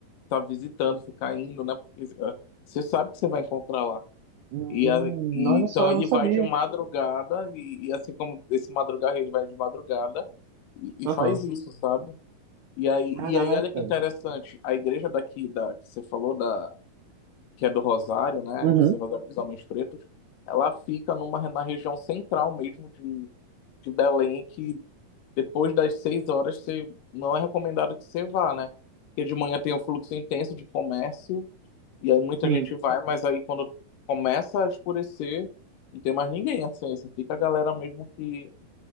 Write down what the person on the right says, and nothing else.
Hum,
olha
só, eu
não sabia.
Aham.
Caraca.
Uhum.
Sim.